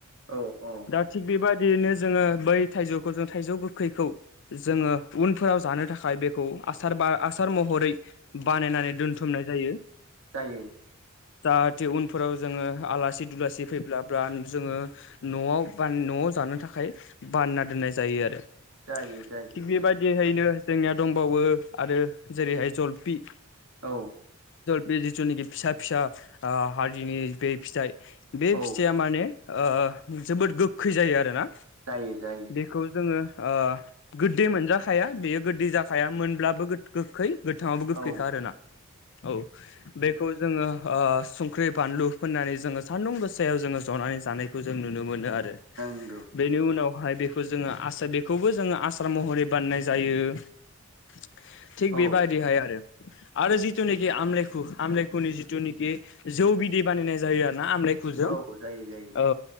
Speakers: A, on the right (about 70°); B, on the left (about 60°).
A: औ औ
B: दा थिग बेबायाददि बिदिनो जोङो बै थाइजौखौ जों थाइजौ गोखैखौ। जोङो उनफोराव जानो थाखाय बेखौ आसार बा आसार मह हरै बानायनानै दोनथुमनाय जायो।
A: जायो
B: जाहाथे उनफोराव जोङो आलासि दुलासि फैब्लाब्ला जोङो। नआव बान नआव जानो थाखाय बानना दोननाय जायो आरो।
A: जायो
B: थिग
A: जायो जायो
B: बेबायदिहैनो जोंनिया दंबावो आरो जेरैहाय जलफि।
A: औ
B: बे जिथुनाखि फिसा फिसा हारिनि बे फिथाइ। बे
A: औ
B: फिथाइया माने ओ-जोबोद गोखै जायो आरोना।
A: जायो जायो।
B: बेखौ जोंङो ओ-गोदै मोनजाखाया बेयो गोदै जाखाया मोनब्लाबो गोखै। गोथांङावबो गोखैखा
A: औ
B: आरोना औ बेखौ जोंङो ओ संख्रि बानलु फोननानै जोंङो सान्दुं गोसायाव जोंङो जनानै जानायखौ जों नुनो मोनो आरो।
A: नोंगौ
B: बेनि उनावहाय बेखौ जोंङो आसार बेखौबो जोंङो आसार महरै बान्नाय जायो। <unintelligible> थिग बेबायदिहाय
A: औ
B: आरो आरो जिथुनाखि आमलेखु आमरेखुनि जिथुनाखि। जौ बिदै बानायनाय जायो आरो ना आमलाायखै जों
A: औ जायो जायो
B: औ।